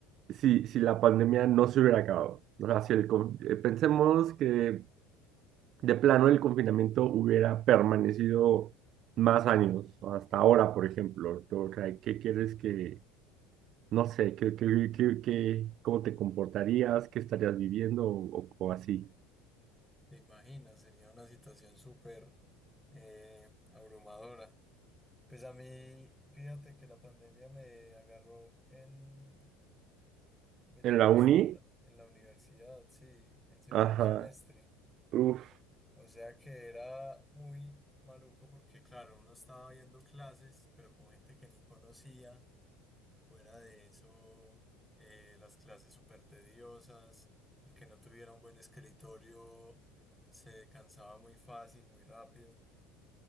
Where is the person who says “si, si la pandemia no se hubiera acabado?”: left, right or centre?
Right